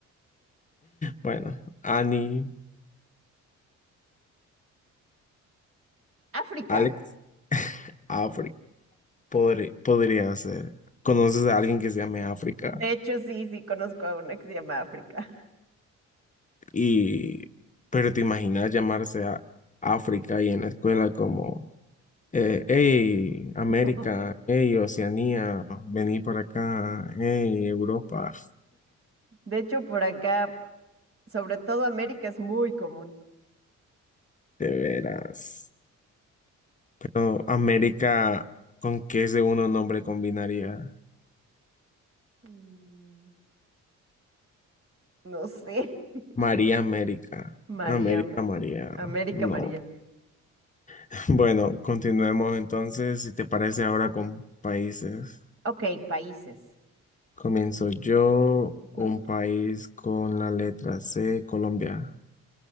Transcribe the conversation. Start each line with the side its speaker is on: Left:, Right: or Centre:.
Left: bueno, Ani,
Right: África.
Left: Alex, África. Podri- podría ser. ¿Conoces a alguien que se llame África?
Right: De hecho, sí, sí, conozco a una que se llama África.
Left: Y, pero te imaginas llamarse a África y en la escuela como Eh, hey,
Right: <laughs>
Left: América, hey, Oceanía, vení por acá, hey, Europa,
Right: De hecho, por acá Sobre todo América es muy común.
Left: de veras. Pero América, ¿con qué segundo nombre combinaría?
Right: Mm, No sé. <laughs>
Left: María América,
Right: María,
Left: América
Right: Ameri-
Left: María,
Right: América,
Left: no.
Right: María.
Left: <laughs> Bueno, continuemos entonces, si te parece ahora con países.
Right: Ok, países.
Left: Comienzo yo, un
Right: Ujú.
Left: país con la letra C, Colombia,